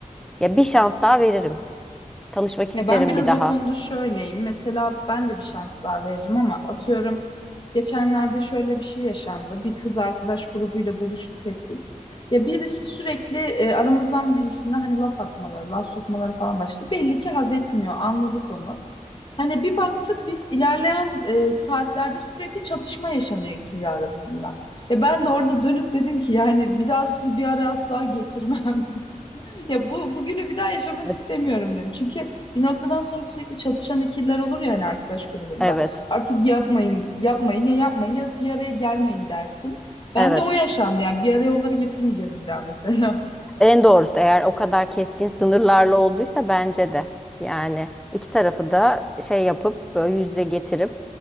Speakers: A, in the centre; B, on the left.
A: Ya bir şans daha veririm. Tanışmak isterim
B: Ya ben biraz
A: bir daha.
B: o konuda şöyleyim. Mesela ben de bir şans daha veririm ama atıyorum geçenlerde şöyle bir şey yaşandı. Bir kız arkadaş grubuyla buluştuk ettik. Ya birisi sürekli e, aramızdan birisine hani laf atmaları, laf sokmaları falan başladı. Belli ki haz etmiyor. Anladık onu. Hani bir baktık biz ilerleyen e, saatlerde sürekli çatışma yaşanıyor ikili arasında. Ya ben de orada dönüp dedim ki yani bir daha sizi bir araya asla getirmem. <laughs> Ya bu bugünü bir daha yaşamak
A: Evet.
B: istemiyorum dedim. Çünkü bir noktadan sonra sürekli çatışan ikililer olur ya hani arkadaş grubunda.
A: Evet.
B: Artık yapmayın, yapmayın ya yapmayın ya bir araya gelmeyin dersin. Ben
A: Evet.
B: de o yaşandı yani bir araya onları getirmeyeceğiz bir daha mesela. <laughs>
A: En doğrusu eğer o kadar keskin sınırlarla olduysa bence de. Yani iki tarafı da şey yapıp böyle yüzde getirip